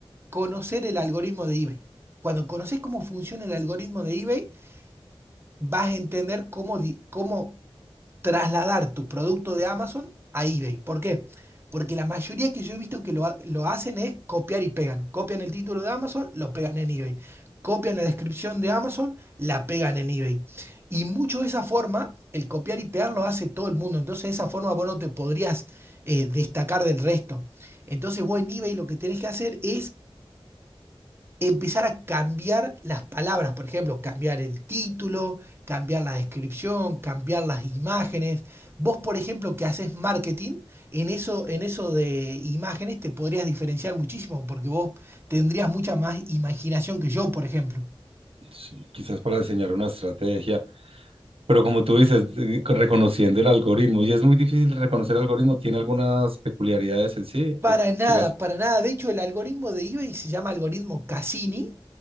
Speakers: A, on the right; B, on the right.
A: conocer el algoritmo de eBay. Cuando conoces cómo funciona el algoritmo de eBay, vas a entender cómo, di- cómo trasladar tu producto de Amazon a eBay. ¿Por qué? Porque la mayoría que yo he visto que lo, ha- lo hacen es copiar y pegan. Copian el título de Amazon, lo pegan en eBay. Copian la descripción de Amazon, la pegan en eBay. Y mucho de esa forma, el copiar y pegar lo hace todo el mundo. Entonces, de esa forma, vos no te podrías eh, destacar del resto. Entonces, vos en eBay lo que tenés que hacer es empezar a cambiar las palabras, por ejemplo, cambiar el título, cambiar la descripción, cambiar las imágenes. Vos, por ejemplo, que haces marketing, en eso, en eso de imágenes te podrías diferenciar muchísimo porque vos tendrías mucha más imaginación que yo, por ejemplo.
B: Sí. Quizás para diseñar una estrategia. Pero como tú dices, eh, reconociendo el algoritmo, y es muy difícil reconocer el algoritmo, ¿tiene algunas peculiaridades en sí?
A: Para
B: ¿O
A: nada,
B: qué lo hace?
A: para nada. De hecho, el algoritmo de eBay se llama algoritmo Cassini